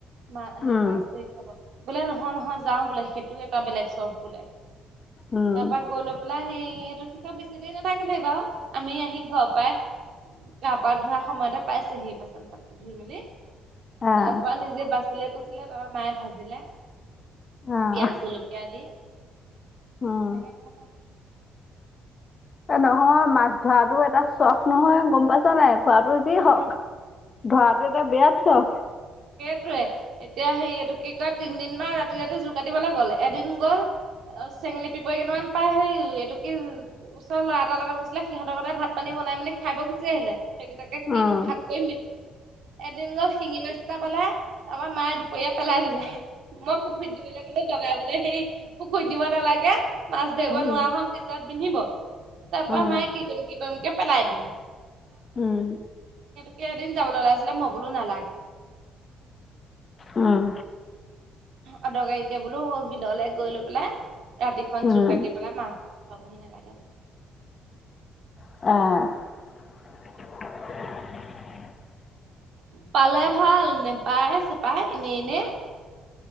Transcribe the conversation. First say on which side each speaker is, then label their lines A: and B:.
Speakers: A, on the right (about 60°); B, on the left (about 30°).
A: মা হে
B: উম
A: মাছ ধৰি খাব বোলে নহয় নহয় যাও বোলে সেইটো এটা বেলেগ চখ বোলে।
B: উম
A: তাপা গৈ লৈ পেলাই। সেইটো ক বেছি দেৰি নাথাকিলে বাউ আমি আহি ঘৰ পাই। গা পা ধোৱাৰ সময়তে পাইছেহি বাচন পাতি ধুই মেলি
B: আহ
A: তাৰ পৰা নিজে বাচন। কুচিলে কুচিলে তাৰপা মায়ে ভাজিলে
B: আহ
A: পিয়াজ জলকীয়া দি।
B: উম
A: তেনেকে খালোঁ।
B: এ নহয় মাছ ধৰাতো এটা চখ নহয় গম পাইছ নাই খোৱাটো যি
A: অ
B: হওক। ধৰাটো এটা বিৰাট চক।
A: সেইটয়ে এতিয়া সে এইটো কি কয় তিনদিন মমান ৰাতি ৰাতি জোৰ কাটিবলৈ গ'ল এদিন গল। আৰু চেঙেলী পিপৰি কেইটা পাই হেই এইটো কি ওচৰ ল'ৰা এটাৰ লগত গৈছিলে সিহঁতৰ লগতে ভাত পানী। বনাই মেলি খাইাব গুচি আহিলে সেইকেইটাকে
B: উম
A: কিনো ভাগ কৰিম নেকি। এদিন গ'ল শিঙি মাছ এটা পালে তাৰপৰা মায়ে দুপৰীয়া পেলাই দিলে। মই পুখুৰীত দিবলৈ গ'লো বাবাই বোলে সেই পুখুৰীত দিব নালাগে। মাছ ধৰিব
B: উম
A: নোৱাৰা হ'ম পিছত পিন্ধিব তাৰপা
B: উম
A: মায়ে কি কৰিম কি। কৰিমকে পেলাই দিলে।
B: উম।
A: ক এদিন যাবলৈ ওলাইছিলে মই বোলো নালাগে।
B: উম।
A: অদৰকাৰীকে বোলো স বিললে গৈ লৈ পেলাই ৰাতিখনন
B: উম,
A: জু কাটি পেলাই মাছ খুৱাবহি নালাগে বোলে
B: অঁ।
A: পালে ভাল নেপায় চেপাই এনে এনে